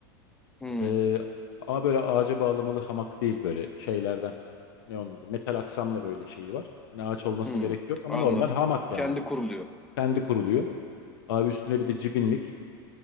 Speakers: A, in the centre; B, on the left.
A: Hı
B: Ee, ama böyle ağaca bağlamalı hamak değil böyle şeylerden. Ne onun adı? Metal aksamla böyle şeyi var. Hani ağaç olmasına
A: hı.
B: gerek yok ama
A: Anladım.
B: normal hamak yani.
A: Kendi kuruluyor.
B: Kendi kuruluyor. Abi üstüne bir de cibinlik.